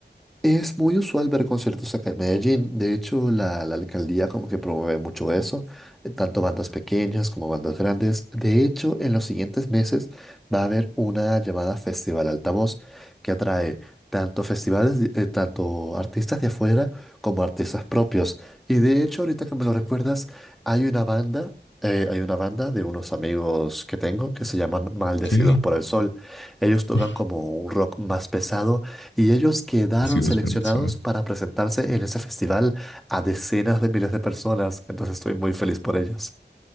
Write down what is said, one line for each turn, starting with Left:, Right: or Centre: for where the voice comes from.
Centre: Es muy usual ver conciertos acá en Medellín. De hecho, la, la alcaldía como que promueve mucho eso, eh, tanto bandas pequeñas como bandas grandes. De hecho, en los siguientes meses va a haber una llamada Festival Altavoz que atrae tanto festivales, de- eh, tanto artistas de afuera como artistas propios. Y de hecho, ahorita que me lo recuerdas, hay una banda, eh, hay una banda de unos amigos que tengo que se llaman Maldecidos
Left: Ok.
Centre: por el Sol. Ellos tocan
Left: <laughs>
Centre: como un rock más pesado y ellos quedaron
Left: Bendecidos
Centre: seleccionados
Left: por el sol.
Centre: para presentarse en ese festival a decenas de miles de personas, entonces estoy muy feliz por ellos.